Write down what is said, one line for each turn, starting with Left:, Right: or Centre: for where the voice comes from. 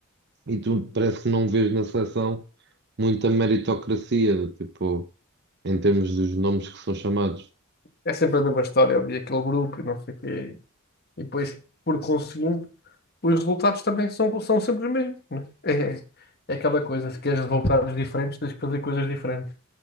Right: e tu parece que não vês na seleção muita meritocracia, tipo, em termos dos nomes que são chamados.
Left: É sempre a mesma história ali, aquele grupo e não sei o quê. E depois, por conseguinte, os resultados também são, são sempre os mesmos. né? É, é aquela coisa, se queres resultados diferentes, tens que fazer coisas diferentes.